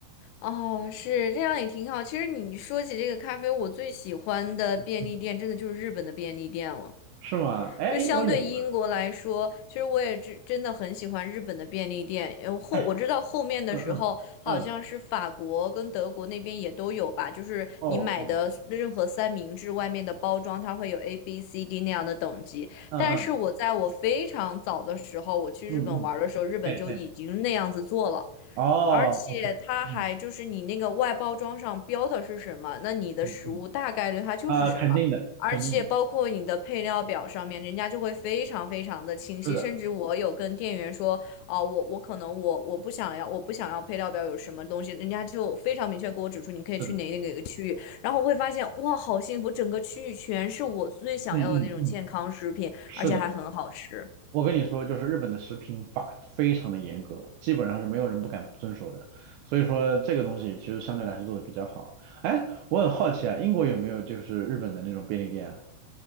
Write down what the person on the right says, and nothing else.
嗯是吗？哎，
英国有吗？
哎，嗯嗯嗯，
哦哦，
嗯嗯
嗯嗯。
哎哎，哦，OK，
嗯
嗯嗯，啊、肯定的，
肯定的，
是的，
是的，
嗯嗯嗯，是的。
我跟你说，就是日本的食品法非常的严格，基本上是没有人不敢遵守的。所以说这个东西其实相对来说做的比较好。哎，我很好奇啊，英国有没有就是日本的那种便利店啊？